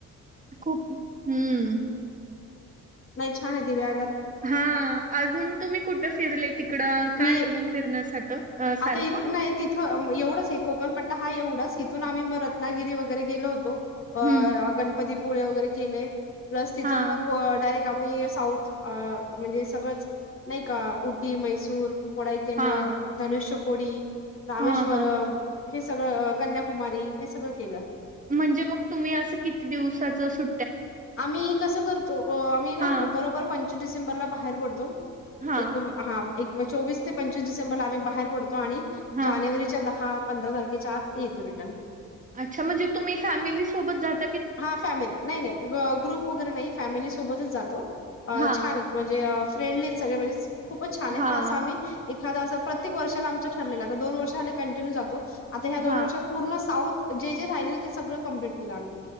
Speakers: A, on the right (about 25°); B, on the left (about 45°).
A: खूप हम्म.
B: नाहीई छान देव आ
A: हा अजून तुम्ही कुठे फिरले तिकड काय
B: मी
A: अजून फिरण्यासाठी
B: आता
A: सारखं.
B: नाही तिथं एवढंच आहे कोकणपट्टा हा एवढच. तथून आम्ही मग रत्नागिरी वगैरे गेलो होतो अ
A: हं.
B: गणपतीपुळे वगैरे केले. प्लस तिथून
A: हां,
B: मग डायरेक् त्यामुळे साऊथ अ म्हणजे सगळंच नाही का उटी मैसूर कोडाई कॅनल
A: हां,
B: धनुष्यकोडी रामेश्वरम
A: हां, हां.
B: हे सगळं कन्या कुमारी हे सगळं केलं.
A: म्हणजे मग तुम्ही असं किती दिवसाच सु
B: आम्ही कसं करतो आम्ही ना
A: हां,
B: बरोबर प डिसेंबरला बाहेर पडतो
A: हां,
B: चोवीस ते पंचवीस डसेंर आ् बाहेर पतो. आणि
A: हां.
B: जानेवारीच्या दहा पंधरा तारखेच्या आत येतो रिटर्न
A: अच्छा म्हणजे तुम्ही फॅमिली सोबत जात.
B: हा फॅमिली नाही नाही ग्रुप वगैरे नाही फॅमिली सोबतच जातो
A: हां,
B: छान म्हणजे फ्रेंड नाही खूपच छान य.
A: हां,
B: एखादा असं प्रत्येक वर्षा आचं ठरलेलं दोन वर्षा कंटिन्यू जातो आ ह्या
A: हां.
B: दोन वर्षात पूर्ण साऊ जे जे राहिले ते सगळं कम्प्लीट केलं आम्ही